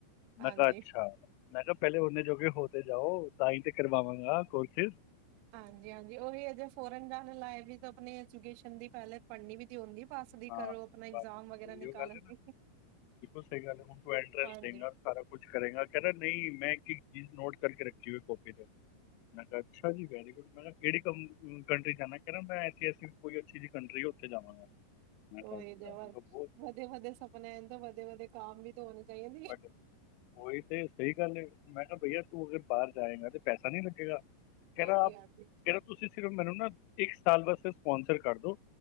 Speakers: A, on the right; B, on the left.
A: ਹਾਂਜੀ।
B: ਮੈਂ ਕਿਹਾ ਅੱਛਾ ਮੈਂ ਕਿਹਾ ਪਹਿਲੇ ਓਨੇ ਜੋਗੇ ਹੋ ਤੇ ਜਾਓ ਤਾਂ ਹੀ ਤੇ ਕਰਵਾਵਾਂਗਾ ਕੁਛ
A: ਹਾਂਜੀ ਹਾਂਜੀ ਓਹੀ ਅਜੇ ਫੋਰਨ ਜਾਣ ਲਾਏ ਵੀ ਤਾਂ ਆਪਣੇ ਐਜੂਕੇਸ਼ਨ ਦੀ ਪਹਿਲੇ ਪੜ੍ਹਨੀ ਵੀ ਤ ਆਉਂਦੀ ਪਾਸ ਦੀ
B: ਹਾਂ
A: ਕਰੋ ਆਪਣਾ ਇਗਜ਼ਾਮ
B: ਬਸ
A: ਵਗੈਰਾ
B: ਉਹੀਓ
A: ਨਿਕਾਲਣ
B: ਗੱਲ ਹੈ ਨਾ
A: ਦੀ
B: ਸਹੀ ਗੱਲ ਹੈ ਹੁਣ ਤੂੰ ਐਂਟਰੈਂਸ
A: ਹਾਂਜੀ
B: ਦੇਗਾ ਸਾਰਾ ਕੁਛ ਕਰੇਗਾ ਕਹਿਣਾ ਨਹੀਂ ਮੈਂ ਇੱਕ ਇੱਕ ਚੀਜ਼ ਨੋਟ ਕਰਕੇ ਰੱਖੀ ਹੋਈ ਕੋਪੀ ਮੈਂ ਕਿਹਾ ਅੱਛਾ ਜੀ ਵੈਰੀ ਗੁੱਡ ਮੈਂ ਕਿਹੜੀ ਕੰ ਕੰਟਰੀ ਜਾਂਨਾ ਕਹਿੰਦਾ ਮੈਂ ਐਸੀ ਐਸੀ ਕੋਈ ਅੱਛੀ ਜਿਹੀ ਕੰਟਰੀ ਉੱਥੇ ਜਾਵਾਂਗਾ। ਮੈਂ
A: ਉਹੀ
B: ਕਿਹਾ ਅੱਛਾ
A: ਵਧ
B: ਮੈਂ ਕਿਹਾ ਬਹੁਤ
A: ਵਧੇ ਵਧੇ ਸਪਨੇ ਤਾਂ ਵਧੇ ਵਧੇ ਕਮ ਵੀ ਤਾਂ ਹੋਨੇ ਚਾਹੀਦੇ।
B: ਬਟ ਉਹੀ ਤੇ ਸਹੀ ਗੱਲ ਏ, ਮੈਂ ਕਿਹਾ ਬਈਆ ਤੂੰ ਅਗਰ ਬਾਰ ਜਾਏਗਾ ਤੇ ਪੈਸਾ ਨੀ ਲੱਗੇਗਾ। ਕਹਿ
A: ਹਾਂਜੀ-ਹਾਂਜੀ।
B: ਰਾ ਕਹਿ ਰਾ ਤੁਸੀਂ ਸਿਰਫ ਮੈਨੂੰ ਨਾ ਇੱਕ ਸਾਲ ਵਾਸਤੇ ਸਪੋਂਸਰ ਕਰ ਦੋ